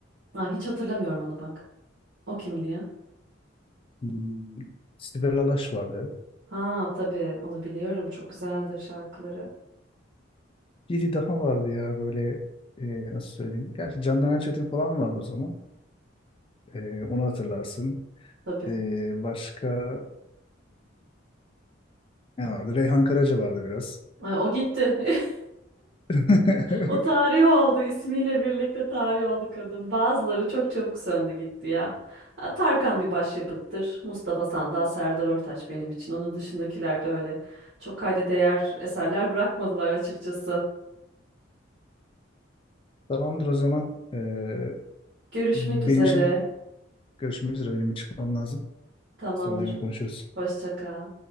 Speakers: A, on the right; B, on the left.
A: Aa, hiç hatırlamıyorum onu bak. O kimdi ya?
B: Hmm, Sibel Alaş vardı.
A: Ha tabii onu biliyorum. Çok güzeldir şarkıları.
B: Biri daha vardı ya böyle e, nasıl söyleyeyim? Gerçi Candan Erçetin falan vardı o zaman. Ee, onu hatırlarsın.
A: Tabii.
B: Ee, başka <clears throat> ne vardı? Reyhan Karaca vardı biraz.
A: Ay, o gitti. <laughs>
B: <laughs>
A: O tarih oldu. ismiyle birlikte tarih oldu kadın. Bazıları çok çabuk söndü gitti ya. Ha, Tarkan bir başyapıttır. Mustafa Sandal, Serdar Ortaç benim için. Onun dışındakiler de öyle. Çok kayda değer eserler bırakmadılar açıkçası.
B: Tamamdır o zaman. Ee,
A: Görüşmek
B: benim
A: üzere.
B: şimdi görüşmek üzere. Benim çıkmam lazım.
A: Tamamdır.
B: Sonra yine konuşuruz.
A: Hoşça kal.